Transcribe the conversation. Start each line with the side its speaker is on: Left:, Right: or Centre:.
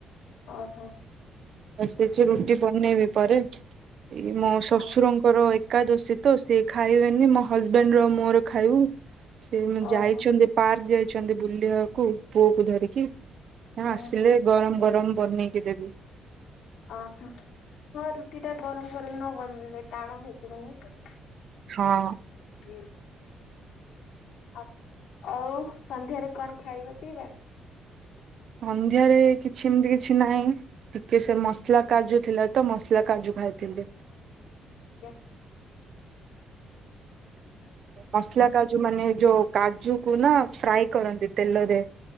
Left: ଓହୋ।
Right: ବସେଇଚି ରୁଟି ବନେଇବି ପରେ ଇଏ ମୋ ଶ୍ୱଶୁରଙ୍କରଏ
Left: ଓହୋ
Right: ଏକାଦଶୀ ତ ସିଏ ଖାଇବେନି ମୋ ହଜବେଣ୍ଟେ ର ମୋର ଖାଇବୁ ସେ
Left: ଓହୋ
Right: ଯାଇଛନ୍ତି ପାର୍କ ଯାଇଛନ୍ତି ବୁଲିବାକୁ ପୁଅ କୁ ଧରିକି।
Left: ଓହୋ।
Right: ଆସିଲେ ଗରମ ଗରମ ବନେଇକି ଦେବି।
Left: ଓହୋ ହଁ ରୁଟି ଟା ଗରମ ଗରମ ନ ବନେଇଲେ ଟାଣ ହେଇଯିବନି ତ।
Right: ହଁ।
Left: ହୁଁ। ଆ ଆଉ ସନ୍ଧ୍ୟାରେ କଣ ଖାଇବା ପିଇବା?
Right: ସନ୍ଧ୍ୟାରେ କିଛି ଏମିତି କିଛି ନାହିଁ। ଟିକେ ସେ ମସଲା କାଜୁ ଥିଲା ତ ମସଲା କାଜୁ ଭାଜିଲି।
Left: ଆଜ୍ଞା।
Right: ମସଲା କାଜୁ ମାନେ ଯୋଉ କାଜୁକୁ ନା ଫ୍ରାଏ କରନ୍ତି ତେଲରେ।